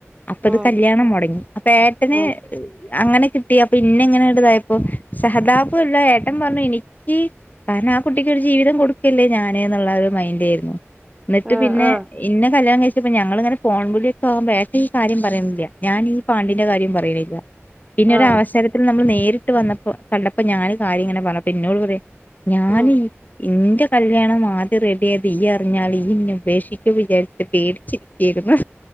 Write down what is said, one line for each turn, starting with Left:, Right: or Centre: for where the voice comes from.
Left: അപ്പൊ
Right: ഉം
Left: ഇത് കല്യാണം മുടങ്ങി അപ്പൊ ഏട്ടന്
Right: ഉം
Left: അങ്ങനെ കിട്ടിയ അപ്പൊ പിന്നെ എങ്ങനെയ ഉണ്ടതായപ്പോ സഹതാപ്ല്ല ഏട്ട പറഞ്ഞു എനിക്ക് കാരണം ആ കുട്ടിക്ക്ഒരു ജീവിതം കൊടുക്കല്ലേ ഞാന്ൻ എന്നുള്ള ഒരു മൈൻഡ് ആയിരുന്നു എന്നിട്ട്
Right: ആഹ്
Left: പിന്നെ
Right: ആഹ്
Left: ഇന്ന കല കഴ പ്പ ഞങ്ങളിങ്ങനെ ഫോൺവുള്ളിക്കെ ആകുമ്പോ ട്ടം ഈ കാര്യം പറയുന്നില്ല ഞാൻ ഈ പാണ്ടിന്റെ കാര്യം പറയുന്നില്ല പിന്നെ ഒരു
Right: ആഹ്
Left: അവസരത്തിൽ നമ്മൾ നേരിട്ട് വന്നപ്പോ കണ്ടപ്പോ ഞാന് കാര്യം ഇങ്ങനെ പറഞ്ഞുപ്പ പിന്നോട് പറ ഞാൻ
Right: ഉം
Left: എന്റെ കല്യാണം ആദ്യം റെഡി ആയത് ഈ അറിഞ്ഞാൽ ഈ ഇന്ന ഉപേക്ഷിക്ക വിചാരിച്ചിട്ട് പേടിച്ചിരിക്കരുന്നു